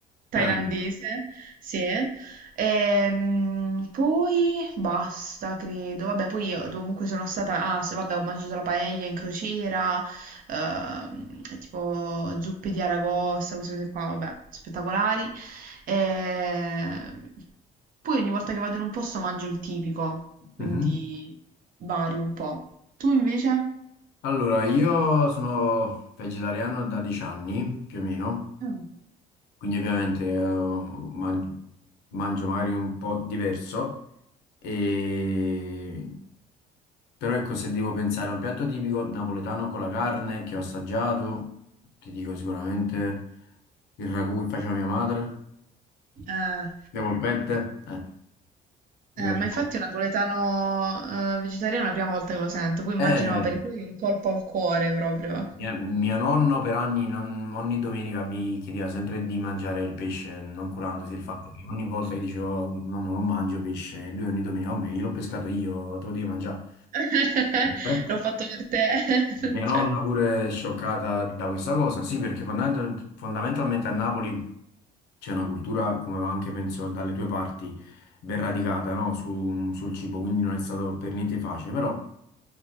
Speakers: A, on the right; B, on the left.
A: thailandese,
B: Eh,
A: sì. Ehm, poi basta, credo. Vabbè, poi io dovunque sono stata. Ah, se vabbè, ho mangiato la paella in crociera, ehm, tipo zuppe di aragosta, queste cose qua, vabbè, spettacolari. Ehm, poi ogni volta che vado in un posto mangio il tipico, quindi
B: Mhm.
A: vario un po'. Tu invece?
B: Allora, io sono vegetariano da 10 anni più o meno,
A: Mm.
B: quindi ovviamente eh, man- mangio magari un po' diverso, e... però ecco, se devo pensare a un piatto tipico napoletano con la carne che ho assaggiato, ti dico sicuramente il ragù che faceva mia madre,
A: Eh,
B: le polpette, eh, mi
A: eh,
B: piace
A: ma infatti è un napoletano eh, vegetariano è la prima volta che lo sento, poi immagino
B: Eh,
A: per i tuoi un colpo al cuore proprio.
B: mia- mio nonno per anni, non- ogni domenica mi chiedeva sempre di mangiare il pesce, non curandosi del fatto che ogni volta gli dicevo nonno non mangio pesce, e lui ogni domenica, oh, me, io l'ho pescato io, te lo devi mangiare.
A: <laughs>
B: Eh?
A: L'ho fatto per te. <laughs>
B: Mia
A: Cioè.
B: nonna pure è scioccata da questa cosa, sì, perché fondamental- fondamentalmente a Napoli c'è una cultura, come anche penso dalle tue parti, ben radicata, no? Su- sul cibo, quindi non è stato per niente facile, però